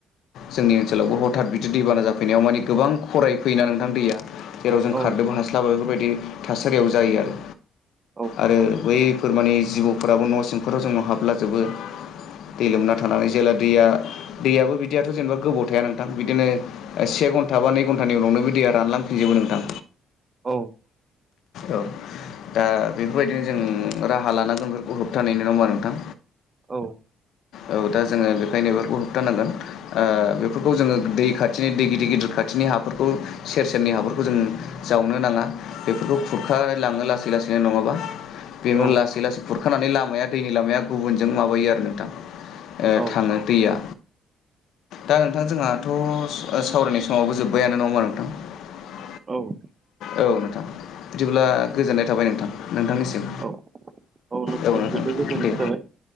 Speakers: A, on the left; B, on the right.
A: जोंनि ओनसोलावबो हथात बिदि दैबाना जाफैनायाव माने गोबां खराय फैयोना नोंथां दैया जेराव जों
B: औ
A: खारदोंबो हास्लाबा बेफोरबायदि थासारियाव जायो आरो
B: औ
A: आरो बैफोरमानि जिबौफोराबो न' सिंफोराव जोंनाव हाबलाजोबो दै लोमना थानानै जेब्ला दैया दैयाबो बिदियाथ' जेनेबा गोबाव थाया नों थां बिदिनो से घन्टा बा नै घन्टानि उनावनो बि दैया रानलांफिजोबो नोंथां
B: औ
A: औ दा बेफोरबायदिनो जों राहा लानांगोंन बेफोरखौ होबथानायनि नङा होमबा नोंथां
B: औ
A: औ दा जोङो बेखायनो बेफोरखौ होबथानांगोन ओ बेफोरखौ जोङो दै खाथिनि दै गिदिर गिदिर खाथिनि हाफोरखौ सेर सेरनि हाफोरखौ जों जावनो नाङा बेफोरखौ खुरखानानै लाङो लासै लासैनो नङाबा बेवनो
B: औ
A: लासै लासै खुरखानानै लामाया दैनि लामाया गुबुनजों माबायो आरो नोंथां ओ
B: औ
A: थाङो दैया दा नोंथां जोंहाथ' सावरायनाय समावबो जोब्बायानो नङा होमबा नोंथां
B: औ -
A: औ नोंथां बिदिब्ला गोजोननाय थाबाय नोंथां नोंथांनिसिम
B: औ नोंथांनिसिमबो
A: औ नोंथां
B: गोजोननाय
A: दे
B: थाबाय